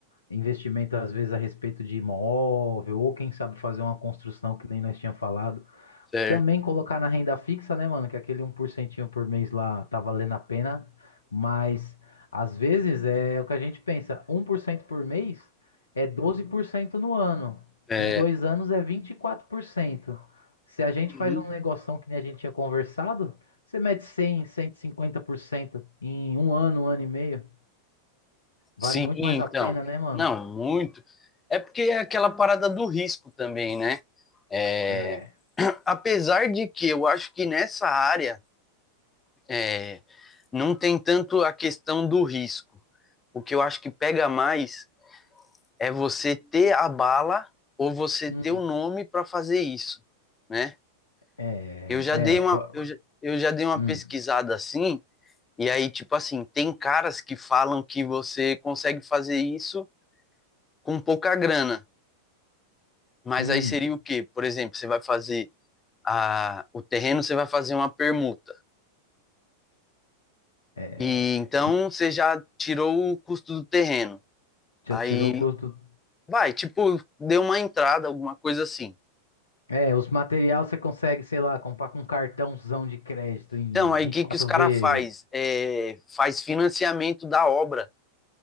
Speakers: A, on the left (about 75°); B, on the left (about 15°).
A: investimento, às vezes, a respeito de imóvel, ou quem sabe fazer uma construção que nem nós tínhamos falado.
B: Certo.
A: Também colocar na renda fixa, né, mano? Que aquele um por cento por mês lá tá valendo a pena. Mas às vezes é o que a gente pensa: Um por cento por mês é 12% no ano.
B: É,
A: Em dois anos é 24%. Se a gente
B: Uhum.
A: faz um negoção que nem a gente tinha conversado, você mete cem, cento e cinquenta por cento em um ano, um ano e meio. Vale
B: sim,
A: muito
B: então.
A: mais a pena, né, mano?
B: Não, muito. É porque é aquela parada do risco também, né? É,
A: É.
B: apesar de que eu acho que nessa área é, não tem tanto a questão do risco. O que eu acho que pega mais é você ter a bala ou você
A: Hum.
B: ter o nome para fazer isso, né?
A: É.
B: Eu já
A: É.
B: dei uma
A: po-
B: eu já, eu já dei uma
A: Hum.
B: pesquisada assim, e aí tipo assim, tem caras que falam que você consegue fazer isso com pouca grana, mas
A: Hum.
B: aí seria o quê? Por exemplo, você vai fazer a o terreno, você vai fazer uma permuta.
A: É,
B: E então você já tirou o custo do terreno.
A: Já
B: Aí
A: tirou o custo?
B: vai, tipo, deu uma entrada, alguma coisa assim.
A: É, os materiais você consegue, sei lá, comprar com um cartãozão de crédito em
B: Então, aí
A: vinte
B: o que,
A: e quatro
B: que os caras
A: vezes.
B: faz? É, faz financiamento da obra.